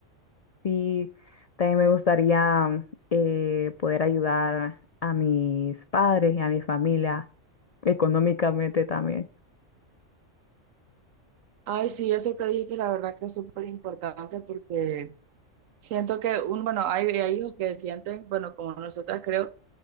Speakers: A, on the left; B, on the right.
A: Sí, también me gustaría eh, poder ayudar a mis padres y a mi familia económicamente también.
B: Ay, sí, eso que dijiste, la verdad que es súper importante porque siento que, un, bueno, hay, hay hijos que sienten, bueno, como nosotras creo,